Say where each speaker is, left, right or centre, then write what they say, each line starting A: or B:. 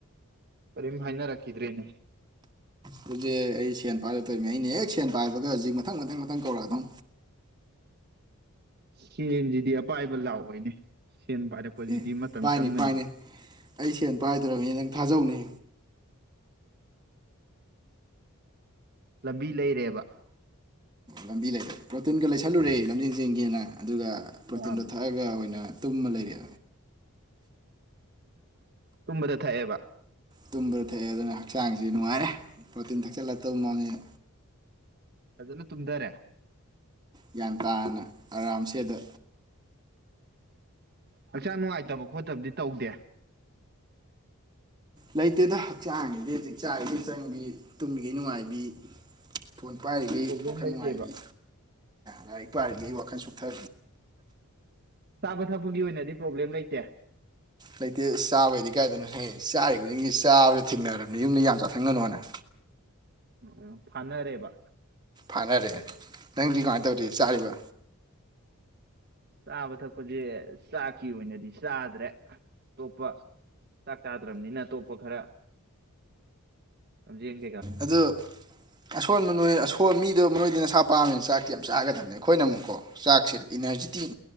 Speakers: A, on the right; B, on the right.
A: ꯀꯔꯤꯝ ꯍꯥꯏꯅꯔꯛꯈꯤꯗ꯭ꯔꯦꯅꯦ
B: ꯍꯧꯖꯤꯛ ꯑꯩ ꯁꯦꯟ ꯄꯥꯏꯔꯛꯇꯣꯏꯅꯤ ꯑꯩꯅ ꯍꯦꯛ ꯁꯦꯟ ꯄꯥꯏꯕꯒ ꯍꯧꯖꯤꯛ ꯃꯊꯪ ꯃꯊꯪ ꯃꯊꯪ ꯀꯧꯔꯛꯑꯗꯧ
A: ꯁꯦꯡꯁꯤꯗꯤ ꯑꯄꯥꯏꯕ ꯂꯥꯛꯑꯣꯏꯅꯦ ꯁꯦꯟ ꯄꯥꯏꯔꯛꯄꯁꯤꯗꯤ
B: ꯑꯦ
A: ꯃꯇꯝ
B: ꯄꯥꯏꯅꯦ
A: ꯆꯪꯒꯅꯤ
B: ꯄꯥꯏꯅꯦ ꯑꯩ ꯁꯦꯟ ꯄꯥꯏꯗ꯭ꯔꯕꯅꯤ ꯅꯪ ꯊꯥꯖꯧꯅꯦ
A: ꯂꯝꯕꯤ ꯂꯩꯔꯦꯕ
B: ꯂꯝꯕꯤ ꯂꯩ ꯄ꯭ꯔꯣꯇꯤꯟꯒ ꯂꯩꯁꯜꯂꯨꯔꯦ ꯂꯝꯖ ꯌꯦꯤꯡꯒꯤꯦꯅ ꯑꯗꯨꯒ ꯄ꯭ꯔꯣꯇꯤꯟꯗꯣ
A: ꯑꯥ
B: ꯊꯛꯑꯒ ꯑꯣꯏꯅ ꯇꯨꯝꯃ ꯂꯩꯔꯦ
A: ꯇꯨꯝꯕꯗꯊ ꯑꯦ
B: ꯇꯨꯝꯕꯗ ꯊꯛꯑꯦ ꯑꯗꯨꯅ ꯍꯛꯆꯥꯡꯁꯤ ꯅꯨꯡꯉꯥꯏꯔꯦ ꯄ꯭ꯔꯣꯇꯤꯟ ꯊꯛꯆꯤꯜꯂꯛꯇꯕ ꯃꯑꯣꯉꯦ
A: ꯐꯖꯅ ꯇꯨꯝꯊꯔꯦ
B: ꯒ꯭ꯌꯥꯟ ꯇꯥꯅ ꯑꯔꯥꯝꯁꯗ
A: ꯍꯛꯆꯥ ꯅꯨꯡꯉꯥꯏꯇꯕ ꯈꯣꯠꯇꯕꯗꯤ ꯇꯧꯗꯦ
B: ꯂꯩꯇꯦꯗ ꯍꯛꯆꯥꯡꯒꯤꯗꯤ ꯍꯧꯖꯤꯛ ꯆꯥꯔꯤꯈꯩ ꯆꯪꯕꯤ ꯇꯨꯝꯕꯤꯈꯩ ꯅꯨꯡꯉꯥꯏꯕꯤ ꯐꯣꯟ ꯄꯥꯏꯔꯤꯒꯦ
A: ꯄ꯭ꯔꯣꯕ꯭ꯂꯦꯝ
B: ꯋꯥꯈꯜ
A: ꯂꯩꯇꯦꯕ
B: ꯅꯨꯡꯉꯥꯏꯔꯤ ꯂꯥꯏꯔꯤꯛ ꯄꯥꯏꯔꯤꯒꯦ ꯋꯥꯈ ꯑꯈꯪꯁꯨꯊꯥ
A: ꯆꯥꯕ ꯊꯛꯄꯒꯤ ꯑꯣꯏꯅꯗꯤ ꯄ꯭ꯔꯣꯕ꯭ꯂꯦꯝ ꯂꯩꯇꯦ
B: ꯂꯩꯇꯦ ꯆꯥꯕꯩꯗꯤ ꯀꯥꯏꯗꯅꯣ ꯍꯦ ꯆꯥꯔꯤ ꯈꯨꯗꯤꯡꯁꯤ ꯆꯥꯕꯗ ꯊꯦꯡꯅꯔꯕꯅꯤ ꯌꯨꯝꯗ ꯌꯥꯝ ꯆꯥꯊꯪꯒꯅꯨꯅ
A: ꯎꯝ ꯐꯅꯔꯦꯕ
B: ꯀꯥꯟꯅꯔꯑꯦ ꯅꯪꯗꯤ ꯀꯃꯥꯏꯅ ꯇꯧꯗꯦ ꯆꯥꯔꯤꯕ
A: ꯆꯥꯕ ꯊꯛꯄꯁꯦ ꯆꯥꯛꯀꯤ ꯑꯣꯏꯅꯗꯤ ꯆꯥꯗ꯭ꯔꯦ ꯑꯇꯣꯞꯄ ꯆꯥꯛ ꯆꯥꯗ꯭ꯔꯕꯅꯤꯅ ꯑꯇꯣꯞꯄ ꯈꯔ ꯂꯝꯖ
B: ꯑꯗꯨ ꯑꯁꯣꯟꯕ ꯅꯣꯏ ꯑꯁ ꯃꯤꯗꯣ ꯃꯔꯣꯏꯗ ꯅꯁꯥ ꯄꯥꯝꯃꯤꯁꯦ ꯆꯥꯛꯇꯤ ꯌꯥꯝ ꯆꯥꯒꯗꯕꯅꯦ ꯑꯩꯈꯣꯏꯅ ꯑꯃꯨꯛꯀꯣ ꯆꯥꯛꯁꯦ ꯏꯅꯔꯖꯤꯇꯤꯒꯤ